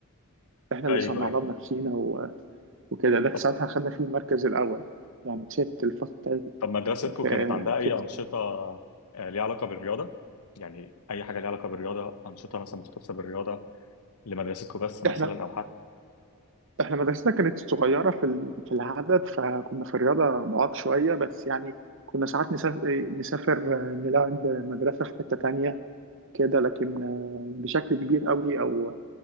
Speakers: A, on the right; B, on the left.
A: احنا
B: ايوه
A: اللي صنعناه
B: ايوه
A: بنفسينا و- وكده ده
B: طب
A: ساعتها خدنا فيه المركز الاول يعني كسبت الفصل بتاعي
B: طب مدرستكم
A: في
B: كانت عندها اي
A: كسبت
B: انشطه آه، ليها علاقه بالرياضه يعني اي حاجه ليها علاقه بالرياضه انشطه مثلا مختصه بالرياضه لمدرستكم بس مثلا
A: احنا
B: او حتى
A: احنا مدرستنا كانت صغيره في ال- في العدد فكنا في الرياضه ضعاف شويه بس يعني كنا ساعات نسافر نسافر نلعب مدرسه في حته تانية كده لكن بشكل كبير قوي او